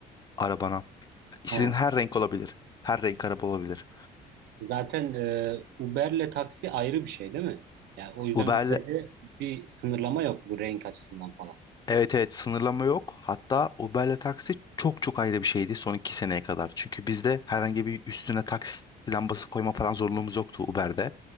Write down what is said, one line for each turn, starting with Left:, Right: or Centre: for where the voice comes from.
Left: arabana. İstediğin
Right: He.
Left: her renk olabilir. Her renk araba olabilir.
Right: Zaten e, Uber'le taksi ayrı bir şey değil mi? Yani o yüzden
Left: Uber'le
Right: Uber'de bir sınırlama yok bu renk açısından falan.
Left: Evet evet sınırlama yok. Hatta Uber'le taksi çok çok ayrı bir şeydi son iki seneye kadar. Çünkü bizde herhangi bir üstüne taksi lambası koyma falan zorunluluğumuz yoktu Uber'de.